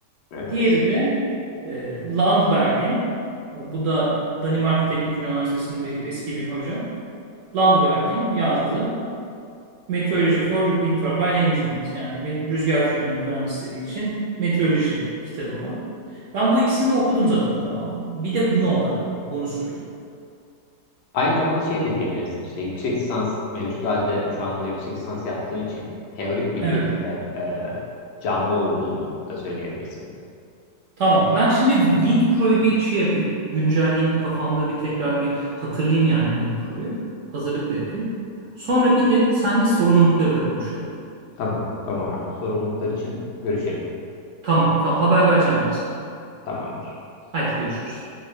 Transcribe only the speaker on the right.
Diğeri de e, Landberg'in. Bu da Danimarka Teknik Üniversitesi'nde eski bir hoca. Landberg'in yazdığı Meteorology for Wind Turbine Engineers yani rüzgar türbini mühendisleri için meteoroloji kitabı var. Ben bu ikisini de okudum zaten tamamen. Bir de buna odaklanayım. Bunu söyleyeyim.
Evet.
Tamam. Ben şimdi bir Wind Pro'yu bir şey yapayım. Güncelleyeyim bir kafamda bir tekrar bir hatırlayayım yani Wind Pro'yu. Hazırlık da yapayım. Sonra bir de seninle sorumlulukları da konuşalım.
Tamam. Tamam. Haber vereceğim ben sana.
Haydi görüşürüz.